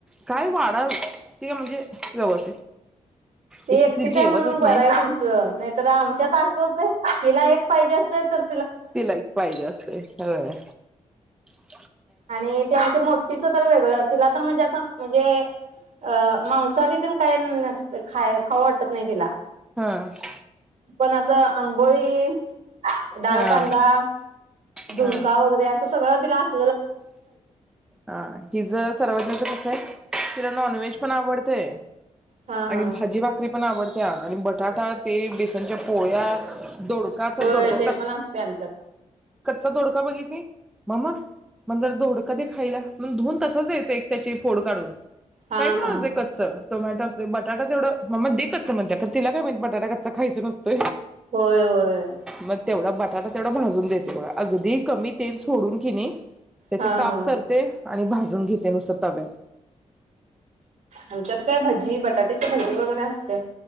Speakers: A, in the centre; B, on the right (about 70°).
A: काय वाढा ते म्हणजे व्यवस्थित
B: ती
A: एक
B: एकटीच
A: तर
B: आहे
A: जेवतच
B: म्हणून बरं
A: नाही.
B: आहे तुमचं नाहीतर आमच्यात असं होत हिला एक पाहिजे असत तर
A: तिला एक पाहिजे असतय एक तर बरं <inaudible>
B: आणि ते आमच्या मोठीचं तर वेगळंच तिला तर म्हणजे असं म्हणजे अ मांसाहारी तेन काय न खाय खाऊ वाटत नाही तिला
A: हा <inaudible>
B: पण असं आंबोळी डाळकांदा
A: हा
B: झुणका
A: हा
B: वगैरे असं सगळं तिला अस
A: हा हीच सर्वज्ञाचं कस आहे तिला नॉनव्हेज पण आवडतय
B: हा
A: आणि
B: हा
A: भाजी भाकरी पण आवडते त्या आणि बटाटा ते बेसनच्या पोळ्या दोडका का
B: होय
A: दोडका
B: ते
A: क
B: पण असते आमच्यात.
A: कच्चा दोडका बघितली ममा माझा दोडका दे खाईला मग धुऊन तसच एक त्याची फोड काढून
B: हा
A: काय पण
B: हा
A: असू दे कच्च टोमॅटा असते बटाटा तेवढं ममा देे कच्च म्हणते तर तिला काय माहिती बटाटा कच्चा खायचं नसंत
B: होय होय
A: मग तेवढा बटाटा तेवढा भाजून देते बघा. अगदी कमी तेल सोडून कणी त्याचे
B: हा
A: काप
B: हा.
A: करते आणि भाजून घेते नुसत तव्यात.
B: आमच्यात काय भजी, बटाट्याचे भजी वगैरे असत्यात.